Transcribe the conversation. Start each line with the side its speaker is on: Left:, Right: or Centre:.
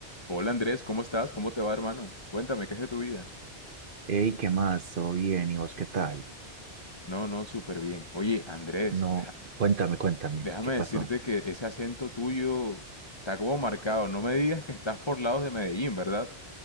Left: Hola Andrés, ¿cómo estás? ¿Cómo te va, hermano? Cuéntame, ¿qué es de tu vida?
Right: Hey, ¿qué más? ¿Todo bien? ¿Y vos qué tal?
Left: No, no, súper bien. Oye, Andrés,
Right: No,
Left: deja-
Right: cuéntame,
Left: de-
Right: cuéntame,
Left: déjame
Right: ¿qué pasó?
Left: decirte que ese acento tuyo está como marcado. No me digas que estás por lados de Medellín, ¿verdad?